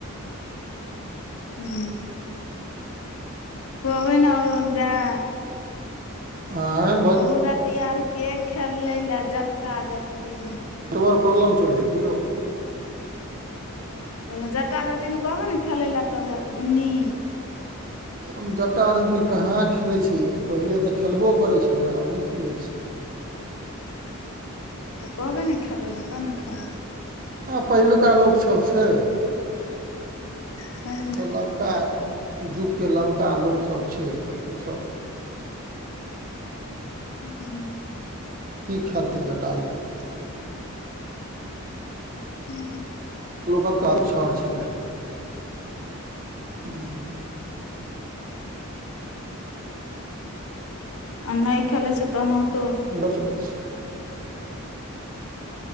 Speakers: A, on the left; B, on the right.
A: हूँ। कोबै न <unintelligible>
B: आइ।
A: औरत आर के खेले ले जटा जटी।
B: नेटवर्क प्रॉब्लम चलैयए कि यौ।
A: ओएमे जटा जटिन कहबै ने खेलै लए तब हयत बुन्नी।
B: हम जटा जटिन कहाँ खेलैत छी पहिले तऽ खेलबो करैत छलै रहए आब नहि खेलैत छैय।
A: तऽ कहबै ने खेलय लए तब ने खेलते।
B: आब पहिलुका लोकसभ छैय।
A: छै
B: आब
A: ने
B: तऽ नबका युगके नबका लोकसभ छैय तऽ ओसभ
A: <inaudible>
B: की खेलते जटा जटिन।
A: हूँ।
B: लोकक काल छर छलै। हूॅं।
A: आ नहि खेले छै तहन होतौ।
B: बस बस।